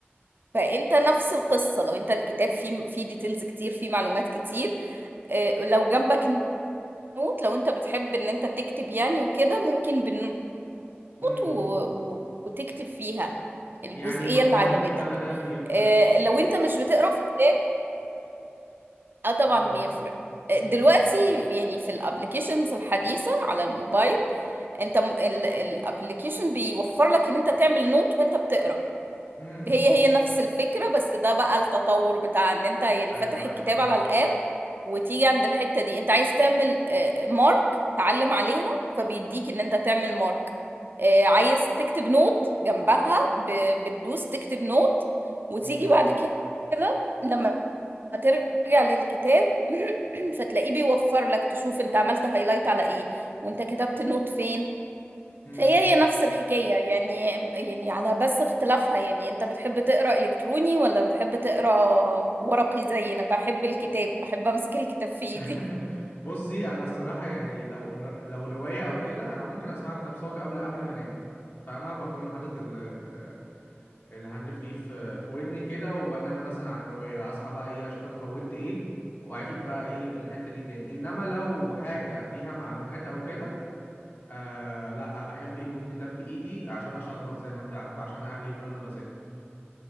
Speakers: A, on the right; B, on the left.
A: فانت نفس القصه لو انت الكتاب فيه فيه ديتيلز كتير فيه معلومات كتير آه، لو جنبك نوت لو انت بتحب ان انت تكتب يعني وكده ممكن بالنوت
B: مم.
A: وت- و... و... وتكتب فيها الجزئية
B: يعني موضوع
A: اللي عجبتك
B: الكتابة ده بيفرق
A: آه، لو انت مش بتقرا في كتاب اه طبعا
B: مم.
A: بيفرق آه،
B: مم.
A: دلوقتي يعني في الابليكيشنز الحديثة على الموبايل انت الابليكيشن بيوفر لك ان انت تعمل نوت وانت بتقرا
B: مم.
A: هي هي نفس الفكرة بس ده بقى التطور بتاع ان انت يعني
B: ايوه
A: فاتح الكتاب
B: ايوه
A: على الاب وتيجي عند الحتة دي انت عايز تعمل آه، مارك تعلم عليها فبيديك ان انت تعمل مارك آه، عايز تكتب نوت جنبها ب- بتدوس تكتب نوت وتيجي
B: مم.
A: بعد كده لما ترجع للكتاب <clears throat> فتلاقيه بيوفر لك تشوف انت عملت هايلايت على ايه وانت كتبت نوت فين
B: مم.
A: هي هي نفس الحكاية يعني يعني على بس اختلافها يعني انت بتحب تقرا الكتروني ولا بتحب تقرا ورقي زي انا بحب الكتاب بحب امسك الكتاب في ايدي
B: <laughs> بصي انا الصراحه يعني لو ر- لو روايه او كده انا ممكن اسمع كتاب صوتي قبل قبل ما انام فاهمه بكون حاطط ال... ال... الهاند فري في في ودني كده وبنام مثلا على الروايه اصحى بقى ايه اشوف انا فوتت ايه واعيد بقى ايه الحته دي تاني انما لو حاجه فيها معلومات او كده آه لا بحب يكون كتاب في ايدي عشان اشخبط زي ما انت عارفه عشان اهلي يقولوا انا بذاكر